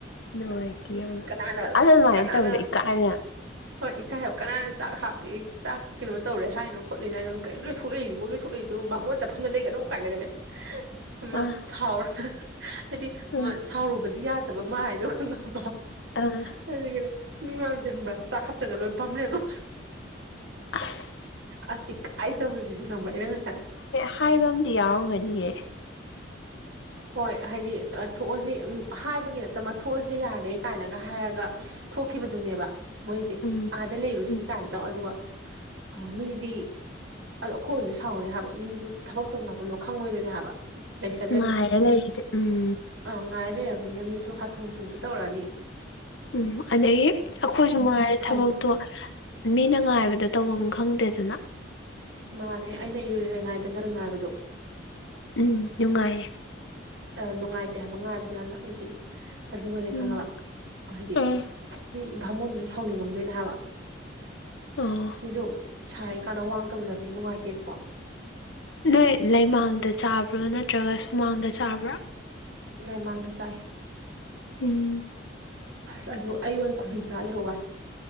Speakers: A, on the left; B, on the right.
A: ꯅꯨꯡꯉꯥꯏꯇꯦ ꯌꯥꯝꯅ
B: ꯀꯅꯥꯅ
A: ꯑꯗꯨ ꯑꯗꯨꯃꯥꯏꯅ
B: ꯀꯅꯥꯅ
A: ꯇꯧꯁꯩ ꯏꯀꯥꯏꯅ
B: ꯍꯣꯏ ꯏꯀꯥꯏ ꯍꯥꯏꯣ ꯀꯅꯥꯅ ꯆꯥꯛ ꯍꯥꯞꯄꯦ ꯆꯥꯛ ꯀꯩꯅꯣ ꯇꯧꯔꯦ ꯍꯥꯏꯅꯣ ꯈꯣꯠꯂꯤꯅ ꯍꯥꯏꯅꯣ ꯀꯩꯅꯣ ꯂꯣꯏꯂꯛꯏꯁꯤꯕ ꯂꯣꯏꯂꯛꯏꯁꯨ ꯃꯣꯟ ꯆꯠꯐꯝꯗ ꯂꯩꯒꯅꯨ ꯀꯥꯏꯅꯒꯅꯦ ꯑꯃ
A: ꯑꯥ
B: ꯁꯥꯎꯔ ꯍꯥꯏꯗꯤ
A: ꯑꯥ
B: ꯁꯥꯎꯔꯨꯕꯗꯤ ꯌꯥꯗꯕ ꯃꯥ ꯍꯥꯏꯗꯣ ꯈꯪꯉꯕ
A: ꯎꯝ
B: ꯑꯗꯒꯤꯗꯤ ꯃꯤ ꯃꯌꯥꯝꯁꯦ ꯈꯪꯕ꯭ꯔꯥ ꯆꯥꯈꯠꯇ꯭ꯔꯒ ꯂꯣꯏ ꯐꯝꯅꯦꯕ
A: ꯑꯁ
B: ꯑꯁ ꯏꯀꯥꯏꯖꯕꯁꯤꯗꯤ ꯈꯪꯕ꯭ꯔꯏ ꯅꯪ ꯉꯁꯥꯏ
A: ꯍꯥꯏꯕ ꯑꯝ ꯌꯥꯎꯔꯝꯒꯅꯤꯌꯦ
B: ꯍꯣꯏ ꯍꯥꯏꯗꯤ ꯑ ꯊꯣꯛꯑꯁꯤ ꯑꯝ ꯍꯥꯏꯕꯒꯤ ꯅꯠꯇꯕ ꯊꯣꯛꯑꯁꯤ ꯌꯥꯗ꯭ꯔꯦ ꯀꯥꯏꯅꯒ ꯍꯥꯏꯔꯒ ꯊꯣꯛꯈꯤꯕꯗꯨꯅꯦꯕ ꯃꯣꯏꯁꯦ
A: ꯎꯝ
B: ꯑꯥꯗ ꯂꯩꯔꯨꯁꯤ
A: ꯎꯝ
B: ꯀꯥꯏꯅ ꯇꯧ ꯑꯗꯨꯒ ꯃꯤꯗꯤ ꯑꯗꯣ ꯑꯩꯈꯣꯏ ꯑꯣꯏꯁꯨ ꯁꯥꯎꯅꯤ ꯍꯥꯏꯕ ꯃꯤꯁꯨ ꯊꯕꯛ ꯇꯧ ꯂꯥꯛꯄꯝꯗꯣ ꯈꯪꯉꯣꯏꯗꯣꯏꯅꯦ ꯍꯥꯏꯕ ꯎꯝ ꯂꯩꯁꯥ
A: ꯉꯥꯔ ꯂꯔꯤꯗꯤ ꯎꯝ
B: ꯑꯥ ꯉꯥꯏ ꯂꯩꯔꯕꯅꯤꯅ ꯃꯤꯁꯨ ꯍꯥꯊꯨ ꯍꯥꯊꯨꯁꯨ ꯇꯧꯔꯛꯑꯅꯤ
A: ꯎꯝ ꯑꯗꯩ ꯑꯩꯈꯣꯏꯁꯨ ꯉꯥꯏꯔꯦ
B: ꯁꯥꯎꯅꯤꯡ
A: ꯊꯕꯛꯇꯣ ꯃꯤꯅ ꯉꯥꯏꯕꯗ ꯇꯧꯐꯝꯝ ꯈꯪꯗꯦꯗꯅ
B: ꯃꯥꯅꯦ ꯑꯩꯅ ꯏꯔꯨꯖꯩ ꯉꯥꯏꯗ ꯅꯪꯅ ꯉꯥꯏꯕꯗꯣ
A: ꯎꯝ ꯅꯨꯡꯉꯥꯏꯌꯦ
B: ꯑ ꯅꯨꯡꯉꯥꯏꯇꯦ ꯍꯥꯏꯕ ꯉꯥꯏꯕꯗꯣ ꯌꯥꯝꯅ ꯑꯩꯗꯤ ꯑꯗꯨꯒꯅꯦ
A: ꯎꯝ
B: ꯈꯪꯉꯕ ꯍꯥꯏꯗꯤ
A: ꯎꯝ
B: ꯅ ꯚꯥꯃꯣꯟꯗꯨꯁꯨ ꯁꯥꯎꯅꯤꯡꯉꯝꯗꯣꯏꯅꯦ ꯍꯥꯏꯕ
A: ꯑꯣ
B: ꯃꯤꯁꯨ ꯁꯥꯔꯤ ꯀꯥꯟꯗ ꯋꯥꯅ ꯇꯧꯖꯕꯅꯦ ꯅꯨꯡꯉꯥꯏꯇꯦꯕꯀꯣ
A: ꯅꯣꯏ ꯂꯩꯃꯥꯡꯗ ꯆꯥꯕ꯭ꯔꯣ ꯅꯠꯇ꯭ꯔꯒ ꯁꯨꯃꯥꯡꯗ ꯆꯥꯕ꯭ꯔꯣ
B: ꯂꯥꯏꯃꯥꯡꯗ ꯆꯥꯏ
A: ꯎꯝ
B: ꯑꯁ ꯑꯗꯣ ꯑꯩꯌꯣꯟ ꯈꯨꯗꯤ ꯆꯥ ꯂꯩꯍꯧ ꯋꯥ